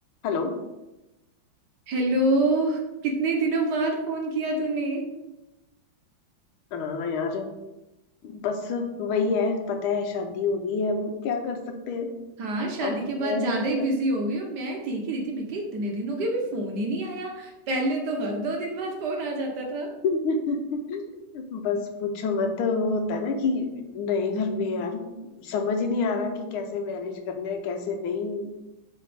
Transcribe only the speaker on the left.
हेलो
अ, यार बस वही है पता है शादी हो गई है अब क्या कर सकते हैं
अब
मैं
<laughs> बस पूछो मत वो होता है ना कि नए घर में यार समझ ही नहीं आ रहा कि कैसे मैनेज करना है कैसे नहीं